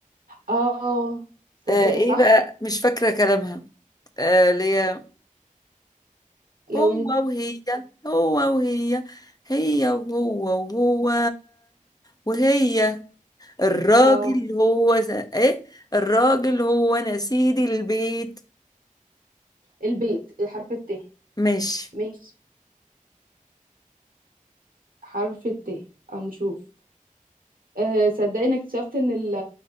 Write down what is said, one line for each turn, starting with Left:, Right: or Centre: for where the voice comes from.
Right: اه صدق
Left: آه ايه
Right: صح
Left: بقى مش فاكرة كلامها آه ليه
Right: لو
Left: هو
Right: انت
Left: وهي هو وهي هي وهو وهو وهي الراجل
Right: اه
Left: هو ز... ايه الراجل هو انا سيد البيت
Right: البيت حرف الت
Left: ماشي
Right: ماشي حرف الت هنشوف أه صدقني انك اكتشفت ان ال-